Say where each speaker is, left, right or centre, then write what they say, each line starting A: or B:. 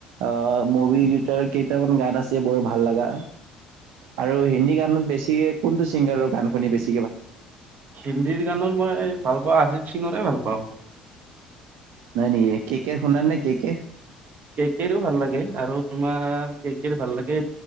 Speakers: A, on the right; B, on the right.
A: আহ, মুভি গীতৰ কেইটামান গান আছে বৰ ভাল লগা। আৰু হিন্দী গানত বেছি কোনটো ছিংগাৰৰ গান শুনি বেছি
B: হিন্দীৰ গানৰ মই ভাল পাওঁ অজিত সিঙৰে ভাল পাওঁ
A: নাই নাই একে কে শুনাৰ নে কি কে
B: সও ভাল লাগে আৰু তোমাৰ। এক ভাল লাগে,